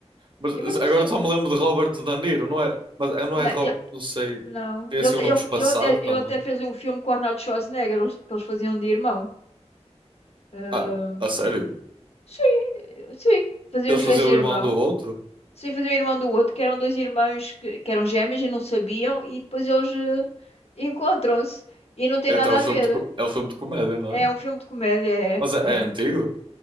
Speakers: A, on the right; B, on the left.
A: Mas
B: Eu- Mas eu
A: agora
B: sei.
A: só me lembro de Robert De Niro, não é? Mas é- não
B: Não,
A: é Robert.
B: eu-
A: Não sei.
B: não.
A: Tem
B: Ele,
A: assim
B: te-
A: um nome
B: ele,
A: espaçado
B: ele, até,
A: também.
B: ele até fez um filme com o Arnold Schwarzenegger, eles- que eles faziam de irmão. Ahm,
A: Ah, a sério?
B: sim, sim, faziam
A: Eles
B: os
A: faziam
B: dois de
A: o
B: irmão.
A: irmão do outro?
B: Sim, faziam irmão do outro, que eram dois irmãos que, que eram gêmeos e não sabiam, e depois eles eh, encontram-se e não tem
A: É,
B: nada
A: Então é o
B: a
A: filme
B: ver.
A: de, co- é o filme de comédia, não
B: É
A: é?
B: um filme de comédia, é,
A: Mas é,
B: é.
A: é antigo?